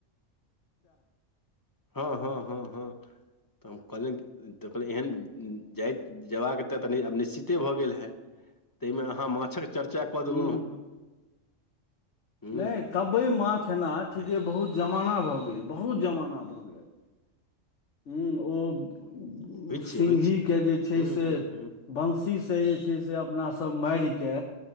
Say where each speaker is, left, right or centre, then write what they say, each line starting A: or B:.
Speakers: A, on the left; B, on the left.
A: हाँ हाँ हाँ हाँ तऽ हम कहलियन तऽ कहलनि एहन जाइत जयबाक तऽ तनि आब निश्चिते भऽ गेल हए ताहिमे अहाँ माछक चर्चा कऽ
B: हूँ
A: देलहुँ हूँ
B: नहि तबे माछ खेनहार ठीके
A: तऽ
B: बहुत जमाना भऽ गेल बहुत जमाना भऽ गेल हूँ ओ
A: होइ
B: सिंघी
A: छै होइ छै
B: के जे छै
A: हूँ
B: से
A: हूँ हूँ
B: बंशीसँ जे छै से अपनासभ मारिके